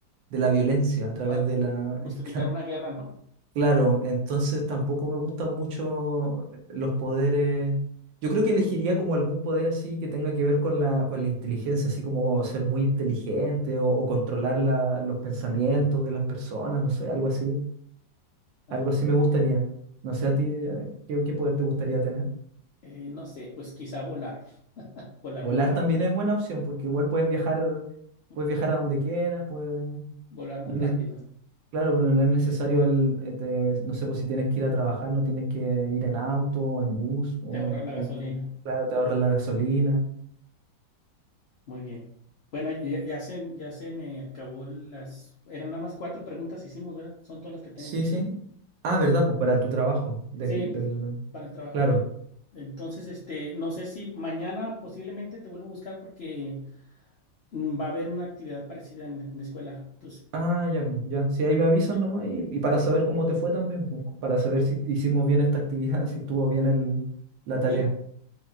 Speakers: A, on the right; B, on the left.
A: de la violencia, a través
B: Para
A: de la...
B: justificar
A: <laughs>
B: una guerra, ¿no?
A: Claro, entonces tampoco me gustan mucho los poderes. Yo creo que elegiría como algún poder así que tenga que ver con la, con la inteligencia, así como ser muy inteligente o, o controlar la- los pensamientos de las personas, no sé, algo así.
B: Ah,
A: Algo así me gustaría. No sé a ti, eh, ¿qué, qué poder te gustaría tener?
B: eh, no sé, pues quizá volar, <laughs> volar
A: Volar
B: muy rápido,
A: también es buena opción, porque igual puedes viajar, puedes viajar
B: volar,
A: a donde quieras, pues,
B: volar muy
A: no
B: rápido,
A: es- claro, pero no es necesario el, este, no sé, pues si tienes que ir a trabajar, no tienes que ir en auto, o en bus, o
B: te ahorras
A: en,
B: la
A: el-
B: gasolina.
A: claro, te ahorras la gasolina.
B: Muy bien. Bueno, ya, ya se, ya se me acabó las... Eran nada más cuatro preguntas hicimos, ¿verdad? Son todas las que tengo
A: Sí,
B: que hacer.
A: sí. Ah, ¿verdad? Pues para tu trabajo, del,
B: Sí,
A: del,
B: para el trabajo
A: claro.
B: de... Entonces, este, no sé si mañana posiblemente te vuelvo a buscar porque mm, va a haber una actividad parecida en, en la escuela. Entonces,
A: Ah, ya, pues, ya. Si ahí me avisas
B: sí,
A: nomás y, y para saber cómo te fue también, pues, para saber si hicimos bien esta actividad, <laughs> si estuvo bien el, la tarea.
B: sí.